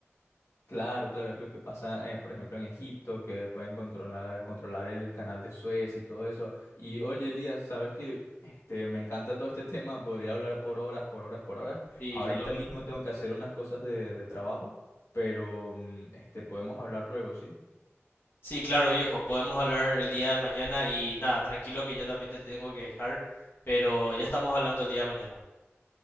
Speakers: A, on the left (about 85°); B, on the left (about 55°).
A: Claro, claro, es lo que pasa, eh, por ejemplo, en Egipto, que pueden controlar, controlar el canal de Suez y todo eso. Y oye, Elías, sabes que este, me encanta todo este <laughs> tema, podría hablar por horas, por horas, por horas.
B: Sí,
A: Ahorita
B: yo lo mismo.
A: mismo tengo que hacer unas cosas de, de trabajo, pero mm, este, podemos hablar luego, ¿sí?
B: Sí, claro, viejo. Podemos hablar el día de mañana y nada, tranquilo que yo también te tengo que dejar, pero ya estamos hablando el día de mañana.